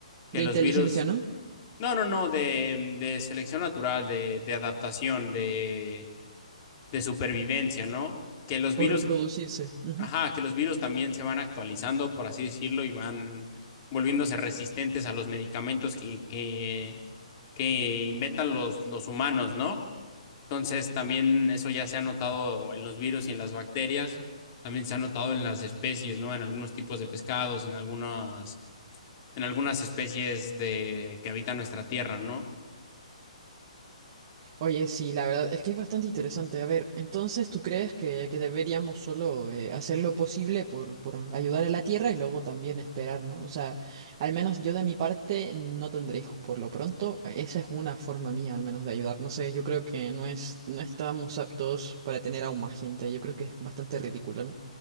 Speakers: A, on the left; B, on the right.
A: que
B: De
A: los
B: inteligencia,
A: virus,
B: ¿no?
A: no, no, no, de, de selección natural, de, de adaptación, de, de supervivencia, ¿no? Que los
B: Por
A: virus,
B: reproducirse. Ujú.
A: ajá, que los virus también se van actualizando, por así decirlo, y van volviéndose resistentes a los medicamentos que, que, que inventan los, los humanos, ¿no? Entonces, también eso ya se ha notado en los virus y en las bacterias, también se ha notado en las especies, ¿no? En algunos tipos de pescados, en algunas, en algunas especies de, que habitan nuestra tierra, ¿no?
B: Oye, sí, la verdad es que es bastante interesante. A ver, entonces, ¿tú crees que, que deberíamos solo eh, hacer lo posible por, por ayudar a la Tierra y luego también esperar, ¿no? O sea, al menos yo de mi parte no tendré hijos por lo pronto. Esa es una forma mía al menos de ayudar. No sé, yo creo que no es, no estamos aptos para tener aún más gente. Yo creo que es bastante ridículo, ¿no?